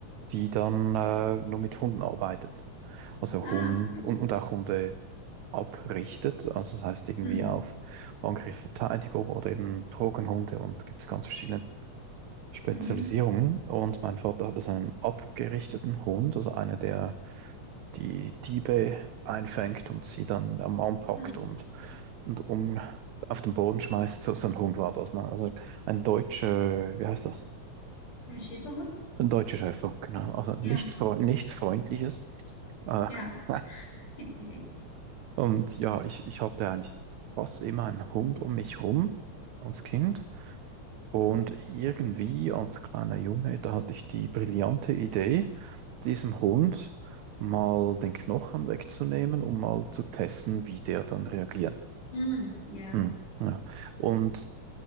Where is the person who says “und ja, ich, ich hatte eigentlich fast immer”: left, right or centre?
Right